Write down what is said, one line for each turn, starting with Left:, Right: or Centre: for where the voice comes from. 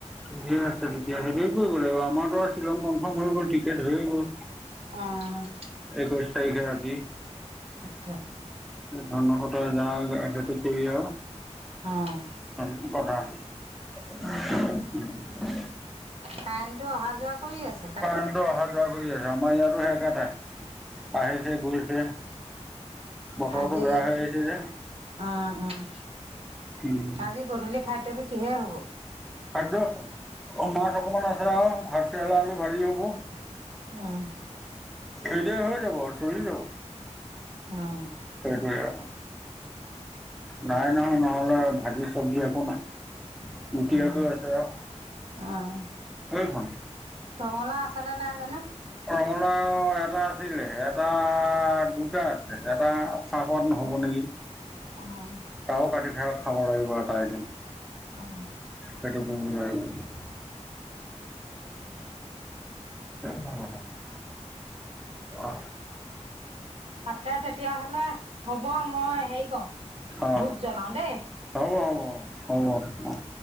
Centre: ঠিকে আছে তেতিয়া, হেৰি কৰিব লাগিব আমাৰতো আৰু শ্বিলং কনফাৰ্ম হৈ গ'ল টিকেট হৈ গ'ল।
Right: অ'।
Centre: একৈশ তাৰিখে ৰাতি।
Right: তাকে।
Centre: ঝমকতে যাওঁ গৈ সেইটো কৰি আৰু
Right: অ'।
Centre: <unintelligible>
Right: উম।
Centre: <unintelligible>
Right: কাৰেণ্টটো অহা যোৱা কৰি আছে।
Centre: কাৰেণ্টটো অহা যোৱা কৰি আছে আমাৰ ইয়াতো একেটাই, আহিছে গৈছে। বতৰটো
Right: আজি
Centre: বেয়া হৈ আহিছে যে।
Right: অ', অ',
Centre: উম
Right: আজি গধূলি খাদ্যটো কিহে হব?
Centre: খাদ্য, অ মাছ অকমান আছে আও ভাতকেৰেলা আৰু ভাজি হ'ব।
Right: উম।
Centre: ভিডিঅ' হৈ যাব চলি যাব।
Right: আহ।
Centre: সেইটো আও, নাই নহয় ভাজি চব্জি একো নাই। গুটি
Right: আহ,
Centre: আলু আছে আৰু
Right: আহ,
Centre: সেইখন
Right: ৰঙালাও আছেনে নাই জানো!
Centre: ৰঙা এটা আছিলে এটা দুটা আছে এটা। চাহ খাদ নহ'ব নেকি?
Right: অৱ।
Centre: তাও কাতি থাকক খাব লাগিব এটা এদিন।
Right: উম।
Centre: সটো <unintelligible>
Right: <unintelligible>
Centre: <unintelligible> অ।
Right: থাকে তেতিয়া হ'লে হ'ব, মই হেৰি কৰওঁ
Centre: হ'ব
Right: ধূপ জ্বলাও দেই।
Centre: হ'ব হ'ব অৱ।